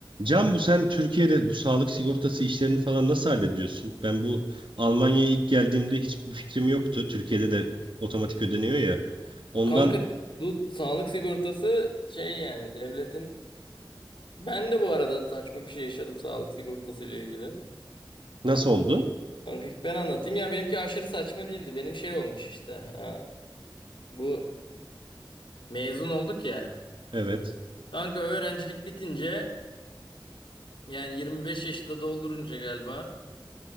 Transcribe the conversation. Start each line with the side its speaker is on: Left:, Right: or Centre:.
Right: Can bu sen Türkiye'de bu sağlık sigortası işlerini falan nasıl hallediyorsun? Ben bu Almanya'ya ilk geldiğimde hiçbir fikrim yoktu. Türkiye'de de otomatik ödeniyor ya. Ondan
Left: Kanka bu sağlık sigortası şey yani devletin ben de bu arada saçma bir şey yaşadım sağlık sigortası ile ilgili.
Right: nasıl oldu?
Left: Kanka ben anlatayım ya benimki aşırı saçma değildi. Benim şey olmuş işte. Ha, bu mezun olduk ya.
Right: Evet.
Left: Kanka öğrencilik bitince yani 25 yaşı da doldurunca galiba